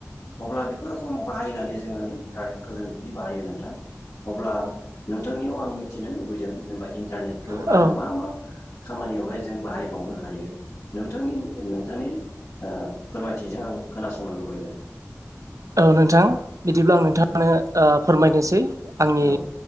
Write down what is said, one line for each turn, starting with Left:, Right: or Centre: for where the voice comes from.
Left: अब्ला बेफोर रोखोम बाहायनानै जोङो इन्टारनेटखौ जों बिदि बाहायो नोंथां अब्ला नोंथांनिआव आं मिथिनो लुबैदों जेनोबा इन्टारनेट खौ
Right: औ
Left: आरो मा मा खामानिआवहाय जों बाहायबावनो हायो नोंथांनि नोंथांनि ओ फोरमायथिजों आं खोनासंनो लुबैबाय
Right: औ नोंथां बिदिब्ला आं नोंथांनो
Left: औ
Right: ओ फोरमायनोसै आंनि
Left: औ